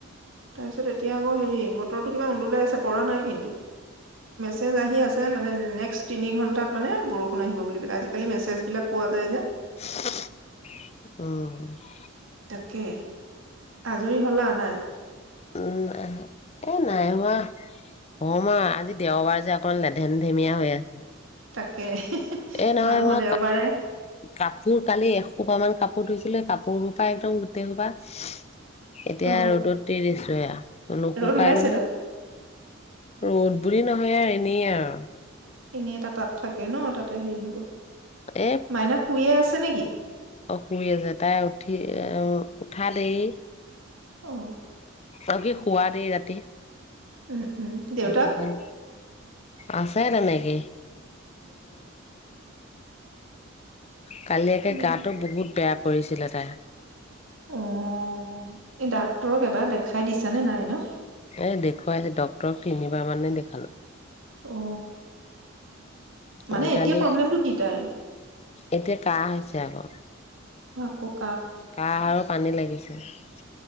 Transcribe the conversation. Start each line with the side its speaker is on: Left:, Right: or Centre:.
Right: তাৰপিছত এতিয়া আকৌ হেৰি বতৰটো কিবা উন্দলাই আছে পৰা নাই কিন্তু মেছেজ আহি আছে মানে নেক্সট তিনি ঘণ্টাত মানে বৰষুণ আহিব বুলি পেলাই আজিকালি মেছেজবিলাক পোৱা যায় যে
Left: উমহ
Right: একে আজৰি হলা নাই
Left: উম এ নাই হোৱা হমা আজি দেওবাৰ যে অকণ লেধেম-ধেমীয়া হৈ আছে
Right: কে হে হি
Left: এ নহয়
Right: মানুহৰ
Left: মই
Right: দেওবাৰে
Left: কাপোৰ কালি এসোপা মান কাপোৰ ধুইছিলে কাপোৰ সোপা একদম গোটেই সোপা এতিয়া
Right: অ
Left: ৰ'দত দি দিছো এয়া নুসুকাই
Right: ৰ'দ ওলাইছে
Left: নহয়
Right: তাত
Left: ৰ'দ বুলি নহয় আৰু এনেই আৰু
Right: এনেই এটা তাপ থাকে ন তাতে হেৰি হ'ব
Left: এ
Right: মাইনা শুইয়ে আছে নেকি
Left: অ শুই আছে তাই উঠি এ উঠা দেৰি
Right: অ
Left: অ কি শুৱা দেই ৰাতি
Right: উম উম দেউতাক
Left: সেইটো কাৰণে আছে তেনেকেই কালি একে
Right: উম,
Left: গাটো বহুত বেয়া কৰিছিলে তাই
Right: উঅ এই ডাক্তৰক এবাৰ দেখাই দিছা নে নাই ন
Left: এ দেখুৱালো ডক্টৰক তিনিবাৰ মানে দেখালো
Right: অ মানে
Left: উম,
Right: এতিয়া
Left: কালি
Right: প্ৰব্লেমটো কি তাইৰ?
Left: এতিয়া কাহ হৈছে আকৌ।
Right: অ' কওক
Left: কাহ আৰু পানী লাগি <inaudible>